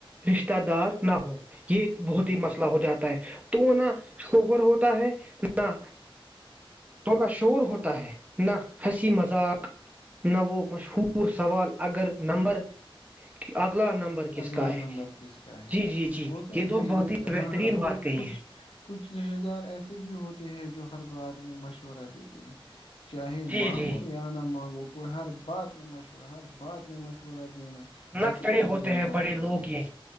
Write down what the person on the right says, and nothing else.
رشتہ دار نہ ہو یہ بہت
ہی مسئلہو جاتا ہے وہ نہ شوہر ہوتا ہے نہ تھوڑا شور ہوتا ہے نہ ہنسی مذاق نہ وہ مشہور پور سوال اگر نمبر کہ آپ اگلا نمبر کس
کا
ہے
جی جی جی
یہ
بہت
بہترین
بات
کہی
ہے
جی
جی
ناکچڑ
ہیں
بڑے
لوگ یہ